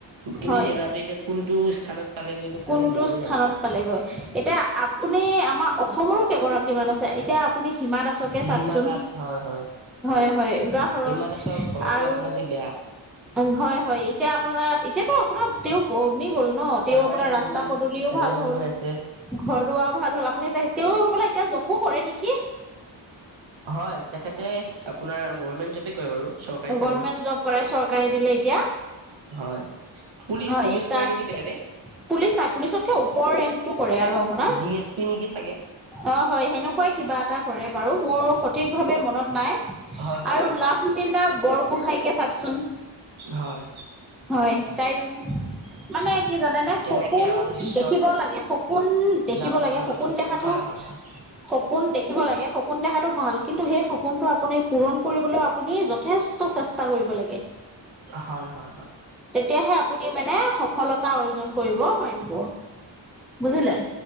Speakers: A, on the right; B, in the centre.
A: কিন্তু
B: হয়
A: সেই ল'ৰাটো এতিয়া কোনটো স্থানত পালেগৈ এইটো কোনে
B: কোনটো
A: ধৰিবই
B: স্থানত
A: নাই পৰা।
B: পালেগৈ। এতিয়া আপুনি আমাৰ অসমৰো কেইগৰাকী মান আছে এতিয়া আপুনি হিমা দাসত চাউকচোন,
A: হিমা দাস হয় হয়
B: হয় হয় উদাহৰণ
A: হিমা দাসৰ ঘৰটো
B: আৰু
A: আপোনাৰ যি বেয়া
B: উ হয় হয় এতিয়া আপোনাৰ এতিয়াতো অকো তেওঁ বৰ্নি গ'ল ন
A: চামাই
B: তেওঁ আপোনাৰ
A: গগৈ
B: ৰাস্তা পদূলিও
A: চামাই
B: ভাল
A: গগৈ
B: হ'ল।
A: আছে
B: ঘৰ দুৱাৰও ভাল হ'ল আপুনি এও বোলে এতিয়া জপো কৰে নেকি!
A: হয় তেখেতে আপোনাৰ গভমেন্ট জবে কৰে বাৰু। চৰকাৰী চাকৰি
B: গভমেণ্ট জব কৰে চৰকাৰে দিলে এতিয়া।
A: হয় পুলিচ
B: হয়
A: পুলিচ
B: তাৰ
A: কৰে নেকি তেখেতে।
B: পুলিচ নাই পুলিচতকে ওপৰ ৰেংকটো কৰে আৰু আপোনাৰ
A: ডি এছ পি নেকি চাগে।
B: অৱ হয় সেনেকুৱাই কিবা এটা। কৰে বাৰু মোৰ সঠিক ভাৱে মনত নাই
A: হয় হয়
B: আৰু
A: হয়
B: লাভলীলা বৰগোহাঁয়েক চাওচোন,
A: হয়
B: হয় তাইও মানে কি জানে নে
A: তেনেকে
B: সপোন
A: আমাৰ বিশ্বত
B: দেখিব লাগে সপোন দেখিব
A: নাম উজ্জ্বল
B: লাগে সপোন
A: কৰি থৈছে
B: দেখাতো
A: হয় হয় হয়
B: সপোন দেখিব লাগে সপোন দেখাতটো ভাল কিন্তু সেই সপোনটো আপুনি পূৰণ কৰিবলৈও আপুনি য যথেষ্ট চেষ্টা কৰিব লাগে।
A: হয় হয় হয়।
B: তেতিয়াহে আপুনি মানে সফলতা অৰ্জন কৰিব পাৰিব বুজিলে।